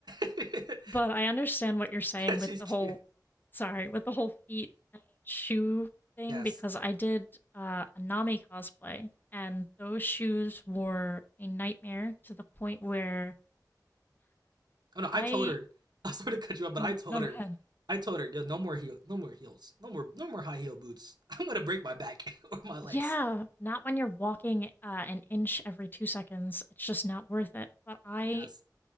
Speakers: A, on the right; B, on the left.
A: <laughs>
B: But I understand what you're saying
A: She's
B: with the
A: cute.
B: whole sorry, with the whole feet and shoe thing
A: Yes.
B: because I did uh, a Nami cosplay and those shoes were a nightmare to the point where
A: Oh no, I
B: I
A: told her. <laughs> I sort to cut you off, but
B: n-
A: I told
B: no
A: her.
B: go ahead.
A: I told her, yo, no more heel, no more heels, no more, no more high heel boots. <laughs> I'm gonna break my back <laughs> or my legs.
B: Yeah, not when you're walking uh, an inch every two seconds. It's just not worth it. But I
A: Yes.